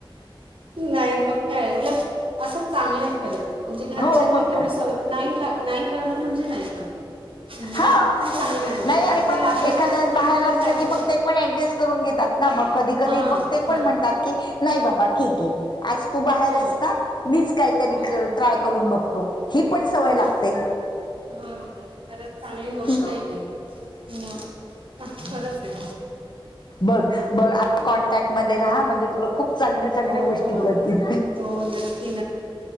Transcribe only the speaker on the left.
हो मग
काय
हा
नाही
आणि मग
एखाद्या
बाहेर असलं
की मग ते पण डजस्ट करून घेतात ना मग कधी कधी
ब ते पण
म्हणतात की नाही बाबा ठीक आहे आज तू बाहेरस
ना मीच काहीतरी
ट्राय करून बघतो ही पण सवय
लागते
म
बघ बघ कॉनटॅक्ट म राहा म्हणजे तुला खूप चांगल्या चांगल्या
गोष्टी
करतील